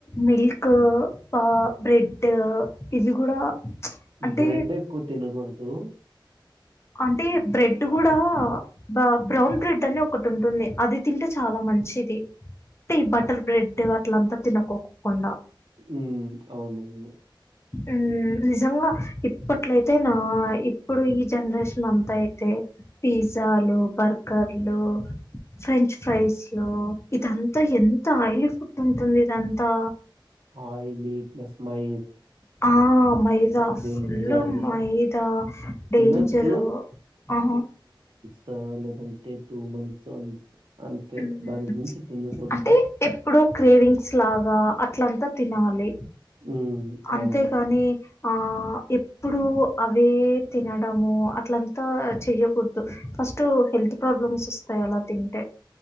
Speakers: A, on the left (about 30°); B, on the right (about 75°).
A: మిల్క్ ఆ బ్రెడ్ ఇది కూడా అంటే
B: బ్రెడ్ ఎక్కువగా తిన్నకూడదు
A: అంటే బ్రెడ్ కూడా బ బ్రౌన్ బ్రెడ్ అని ఒకటి ఉంటుంది అది తింటే చాలా మంచిది అంటే ఈ బటర్ బ్రెడ్ అట్లంతా తినకోకుండా
B: ఉమ్ అవునువును
A: ఉ నిజంగా ఇప్పట్యితే నా ఇప్పుడు ఈ జనరేషన్ అంతా అయితే పిజ్జాలు బర్గర్లు ఫ్రెంచ్ ఫ్రైస్లు ఇదంతా ఎంత ఆయిలీ ఫుడ్ ఉంటుంది ఇదంతా
B: ఆయిలీ ప్లస్ మై
A: ఆ మైదా
B: డేంజర్
A: ఫుల్
B: అది
A: మైదా డేంజరు
B: తినొచ్చు
A: ఆ
B: స లేదంటే టూ మంత్స్ వన్స్ అంతే
A: ఉమ్,
B: దానికి మించి తినకూడద్దు
A: అంటే ఎప్పుడో క్రేవింగ్స్ లాగా అట్లంతా తినాలి
B: ఉమ్
A: అంతేకాని
B: అవును
A: ఆ ఎప్పుడు అవే తినడము అట్లంతా చెయ్యకూడదు ఫస్ట్ హెల్త్ ప్రాబ్లమ్స్ వస్తాయి అలా తింటే